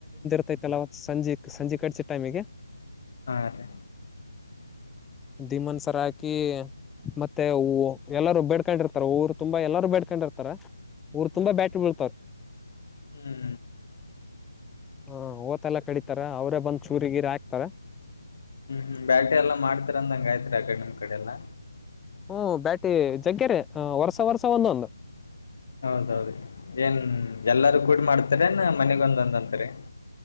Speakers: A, in the centre; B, on the left.
A: ಇತೈತಲ ಅವತ್ ಸಂಜಿ ಸಂಜೆ ಕಡ್ಚ್ ಟೈಮಿಗೆ
B: ಹಾ ಅದೆ
A: ದಿಮನ್ಸರ್ ಹಾಕಿ ಮತ್ತೆ ಹು ಎಲ್ಲಾರ ಬೇಡ್ಕೊಂಡಿರ್ತಾರ್ ಊರ್ ತುಂಬಾ ಎಲ್ಲಾರು ಬೇಡ್ಕೊಂಡಿರ್ತಾರೆ. ತ್ತರ ಊರ್
B: ಹ್ಮ್
A: ತುಂಬ ಬ್ಯಾಟ್ರಿ ಬಿಳ್ತಾರ್
B: ಹ್ಮ್
A: ಹಾ ಓತೆಲ್ಲ ಕಡಿತಾರ, ಅವ್ರೇ ಬಂದ್ ಚೂರಿ ಗೀರಿ ಹಾಕ್ತರ.
B: ಹ್ಮ್ ಹ್ಮ್ ಬ್ಯಾಟಿ ಎಲ್ಲಾ ಮಾಡ್ತರ್ ಅಂದಂಗಯ್ತ್ ಅಕಡ್ ನಿಮ್ ಕಡೆ ಎಲ್ಲಾ
A: ಹ್ಮ ಬ್ಯಾಟಿ ಜಗ್ಗೆರೆ ವರ್ಸ ವರ್ಸ ಒಂದೊಂದು
B: ಹೌದೌದು ಏನ್ ಎಲ್ಲಾರ್ ಕೂಡಿ ಮಾಡ್ತಿರನ ಮನೆಗೊಂದಂದಂತ್ರಿ